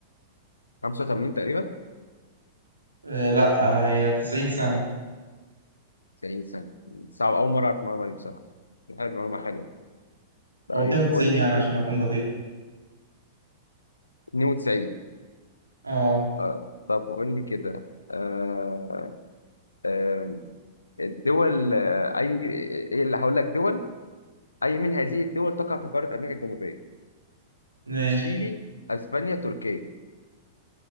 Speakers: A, on the left; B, on the right.
A: 85 تقريبا
B: آه لا آه، هي 90 سنة
A: 90 سنة صعب أول مرة أعرف المعلومة دي بصراحة حلو معلومة حلوة طيب
B: او 92
A: قول لي
B: يعني
A: كده
B: عشان اكون دقيق
A: 92
B: اه
A: أه طب قول لي كده آه، آه، الدول آه، أي إيه اللي هقول لك دول أي من هذه الدول تقع في قارة أمريكا الجنوبية
B: ماشي
A: تشيلي أسبانيا تركيا